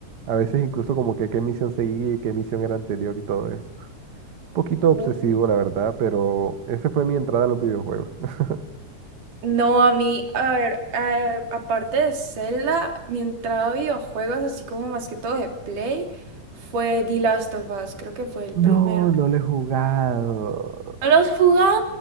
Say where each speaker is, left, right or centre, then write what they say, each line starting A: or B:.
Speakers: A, on the right (about 50°); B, on the right (about 75°).
A: A veces incluso como que qué misión seguía y qué misión era anterior y todo eso. poquito obsesivo,
B: Uh.
A: la verdad, pero esa fue mi entrada a los videojuegos. <laughs>
B: No, a mí, a ver, a aparte de Zelda, mi entrada a videojuegos, así como más que todo de Play, fue The Last of Us, creo que fue el
A: No,
B: primero.
A: no lo he jugado.
B: ¿No lo has jugado?